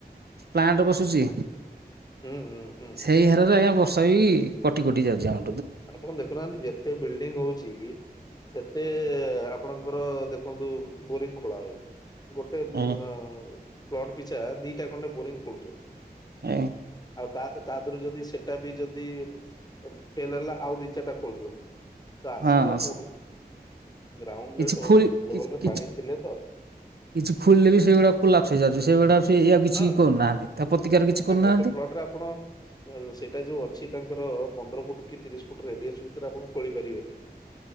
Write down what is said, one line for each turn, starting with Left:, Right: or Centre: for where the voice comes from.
Right: ପ୍ଲାଣ୍ଟ ବସୁଚି
Left: ହୁଁ ହୁଁ ହୁଁ
Right: ସେଇ ହାରରେ ଆଜ୍ଞା ବ ର୍ଷା ବି କଟି କଟି ଯାଉଚି ଆ
Left: ଆପଣ ଦେଖୁନାହାନ୍ତି ଯେତେ ବିଲ୍ଡିଙ୍ଗ ହୋଉଚି ସେତେ ଆପଣଙ୍କର ଦେ କନ୍ତୁ ବୋରିଂ ଖୋଳା ହୋଉ ଗୋଟେ ଅ
Right: ଆଜ୍ଞା
Left: ପ୍ଲଟ୍ ପିଛା ଦିଟା ଖଣ୍ଡେ ବୋରିଂ ଖୋଳୁଚ
Right: ଆଇଁ
Left: ଆଉ ତା ତା ଦେହରୁ ଯଦି ସେଟା ବି ଯଦି ଫେଲ୍ ହେଲା ଆଉ ଦି ଚାଟା କରୁଛନ୍ତି ତ ଆସିବ
Right: ହଁ ସେ
Left: କୋଉଠୁ। ଗ୍ରାଉଣ୍ଡ୍
Right: କିଛି
Left: ଲେ
Right: ଖୋଳି କିଛି
Left: ଲେବଲ୍ ରେ
Right: କିଛି
Left: ପାଣି ଥିଲେ ତ।
Right: କିଛି ଖୋଳିଲେ ବି ସେଇଭଳିଆ କୋଲାପ୍ସ୍ ହେଇଯାଉଛି ସେଇଭଳିଆ ସେଇୟଉ କିଛି
Left: ହଁ
Right: କରୁନାହାନ୍ତି ତା ପ୍ରତିକାର କିଛି
Left: କାହିଁକିନା
Right: କରୁନାହାନ୍ତି।
Left: ଗୋଟେ ପ୍ଲଟରେ ଆପଣ ସେଇଟା ଯୋଉ ଅଛି ତାଙ୍କର ପନ୍ଦର ଫୁଟୁ। କି ତିରିଶ ଫୁଟ୍ ରେଡିଆସ୍ ଭିତରେ ଆପଣ ଖୋଳି ପାରିବେନି।